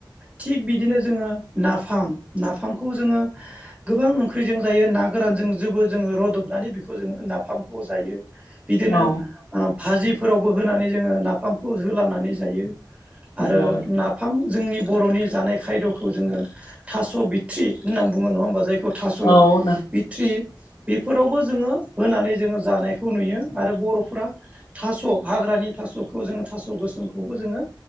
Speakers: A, on the right; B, on the left.
A: थिग बिदिनो जोङो नाफाम नाफामखौ जोङो गोबां ओंख्रिजों जायो ना गोरानजोंबो जोबो जोङो रदबनानै बेखौ जोङो नाफामखौ जायो। बिदिनो
B: औ
A: ओ भाजिफोरावबो होनानै जोङो नाफामखौ होलानानै जायो। आरो
B: नंगौ
A: नाफाम- जोंनि बरनि जानाय खायद'खौ जोङो थास बिथट्रि होनना बुङो नङा होनबा जायखौ- थास
B: औ नो
A: बिथट्रि बेफोरावबो जोङो होनानै जोङो जानायखौ नुयो। आरो बरफ्रा थास हाग्रानि थास- खौ जोङो थास गोसोमखौबो जोङो